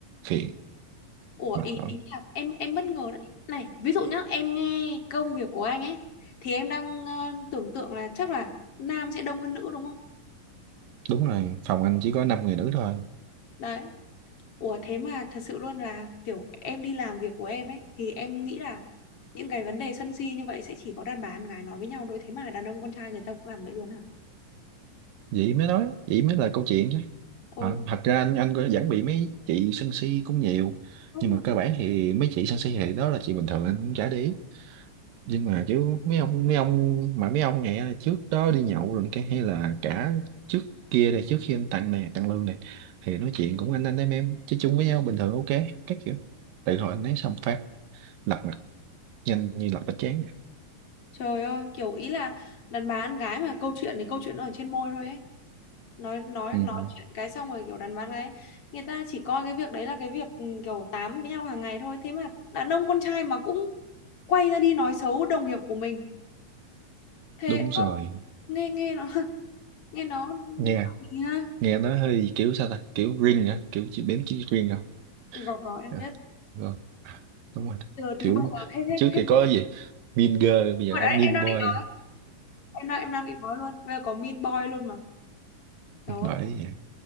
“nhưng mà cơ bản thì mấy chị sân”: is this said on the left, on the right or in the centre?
Right